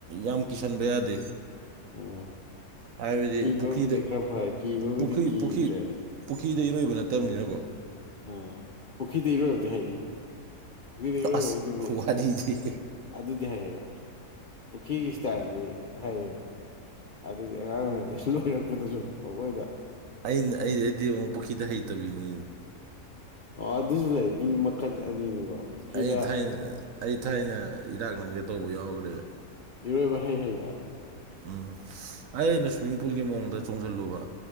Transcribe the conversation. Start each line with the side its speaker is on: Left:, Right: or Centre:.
Right: ꯌꯥꯝ ꯀꯤꯁꯟꯕ ꯌꯥꯗꯦ
Left: ꯑꯥ
Right: ꯍꯥꯏꯕꯗꯤ
Left: ꯀꯤꯕꯕꯨꯗꯤ
Right: ꯄꯨꯈ꯭ꯔꯤꯗ
Left: ꯈꯔ ꯐꯔꯦ ꯀꯤꯕꯕꯨꯗꯤ
Right: ꯄꯨꯈ꯭ꯔꯤ
Left: ꯀꯤꯗ꯭ꯔꯦꯗ
Right: ꯄꯨꯈ꯭ꯔꯤ ꯄꯨꯈ꯭ꯔꯤꯗ ꯏꯔꯣꯏꯕ ꯅꯠꯇꯕꯅꯤꯅꯀꯣ
Left: ꯎꯝ ꯄꯨꯈ꯭ꯔꯤꯗ ꯏꯔꯣꯏꯕꯗꯤ ꯍꯩꯌꯦ ꯄꯨꯈ꯭ꯔꯤꯗ ꯏꯔꯣꯏꯕꯩꯗꯨꯗꯤ
Right: ꯑꯁ ꯋꯥꯔꯤꯗꯤ
Left: ꯑꯗꯨꯗꯤ ꯍꯩꯌꯦꯕ ꯄꯨꯈ꯭ꯔꯤꯒꯤ ꯁ꯭ꯇꯥꯏꯜꯗꯤ ꯍꯩꯌꯦꯕ ꯑꯗꯨꯒꯤ ꯑꯉꯥꯡ ꯑꯣꯏꯔꯤꯉꯩꯗꯁꯨ ꯂꯣꯏꯔꯛꯄꯗ ꯁꯨꯝ ꯄꯡꯂꯣꯏꯗ
Right: ꯑꯩꯅ ꯑꯩ ꯑꯩꯗꯤ ꯑꯃꯨꯛ ꯄꯨꯈꯤꯗ ꯍꯩꯇꯕꯤꯅꯤ
Left: ꯑꯣ ꯑꯗꯨꯁꯨ ꯂꯩ ꯃꯤ ꯃꯈꯜ ꯑꯅꯤꯅꯤꯀꯣ ꯄꯨꯈ꯭ꯔꯤꯗ
Right: ꯑꯩ ꯊꯥꯏꯅ ꯑꯩ ꯊꯥꯏꯅ ꯏꯔꯥꯛꯅꯒꯦ ꯇꯧꯕ ꯌꯥꯎꯒꯔꯦ
Left: ꯏꯔꯣꯏꯕ ꯍꯩ ꯍꯩꯗ
Right: ꯎꯝ ꯑꯩꯅ ꯁ꯭ꯋꯤꯝꯃꯤꯡ ꯄꯨꯜꯒꯤ ꯃꯑꯣꯡꯗ ꯆꯣꯡꯖꯜꯂꯨꯕ